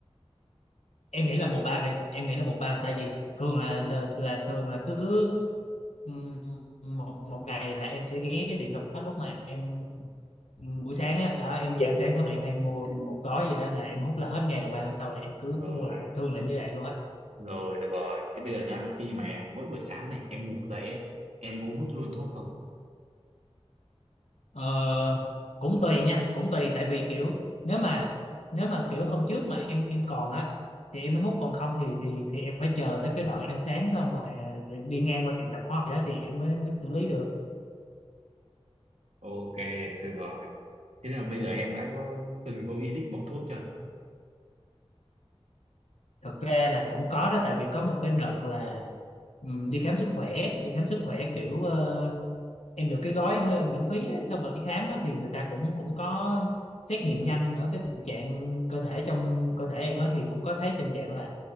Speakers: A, on the left; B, on the right.
A: em nghĩ là một bao đi em nghĩ là một bao tại vì thường là là, là thường là cứ Ừm, một một ngày là em sẽ ghé cái tiệm tạp hóa lúc mà em ừm, buổi sáng á, đó em đi ăn sáng xong là em hay mua một gói gì đó là em hút là hết ngày là qua hôm sau là em cứ
B: rồi,
A: cứ mua lại, thường là như vậy luôn á.
B: rồi, được rồi. Thế bây giờ nha, khi mà mỗi buổi sáng này em ngủ dậy ấy, em có hút luôn thuốc không?
A: Ờ, cũng tùy nha, cũng tùy tại vì kiểu nếu mà nếu mà kiểu hôm trước mà em em còn á thì em mới hút còn không thì thì thì em phải chờ tới cái đoạn ăn sáng xong rồi à, đi ngang qua tiệm tạp hóa gì đó thì em mới mới xử lý được.
B: Ok, thử rồi. thế nên là bây giờ em đã có từng có ý định bỏ thuốc chưa
A: Thực ra là cũng có đó tại vì có một cái đợt là ừm, đi khám sức khỏe, đi khám sức khỏe kiểu ờ, em được cái gói ờ, miễn phí á, xong rồi đi khám á, thì người ta cũng cũng có xét nghiệm nhanh ở cái tình trạng cơ thể trong cơ thể em á, thì cũng có thấy tình trạng là